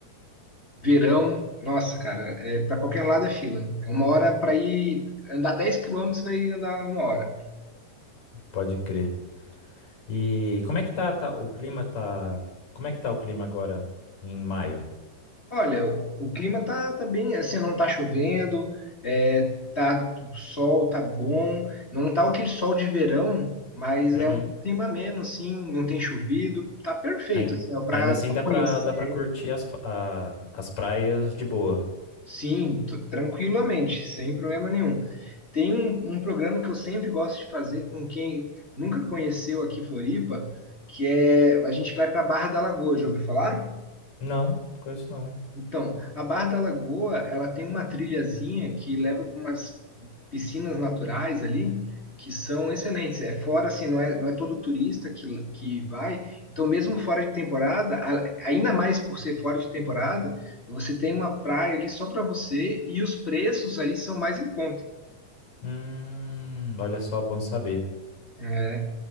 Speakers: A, on the left (about 30°); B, on the left (about 50°).
A: verão, nossa, cara, é, para qualquer lado é fila. É uma hora para ir andar 10 quilômetros, vai andar uma hora.
B: pode crer. E como é que tá, tá- o clima tá, como é que tá o clima agora em maio?
A: Olha, o, o clima tá, tá bem, assim, não tá chovendo, é, tá, o sol tá bom, não tá aquele sol de verão, mas
B: Uhum.
A: é um clima ameno, assim, não tem chovido, tá perfeito,
B: Ai-
A: assim, ó, pra
B: Ainda assim
A: pra
B: dá pra,
A: conhecer.
B: dá pra curtir as, fa- a- as praias de boa.
A: Sim, t- tranquilamente, sem problema nenhum. Tem um, um programa que eu sempre gosto de fazer com quem nunca conheceu aqui Floripa, que é, a gente vai pra Barra da Lagoa, já ouviu falar?
B: Não, não conheço não.
A: Então, a Barra da Lagoa, ela tem uma trilhazinha que leva para umas piscinas naturais ali, que são excelentes. É fora, assim, não é, não é todo turista que, que vai. Então, mesmo fora de temporada, a- ainda mais por ser fora de temporada, você tem uma praia ali só para você e os preços ali são mais em conta.
B: Hum, olha só, bom saber.
A: É.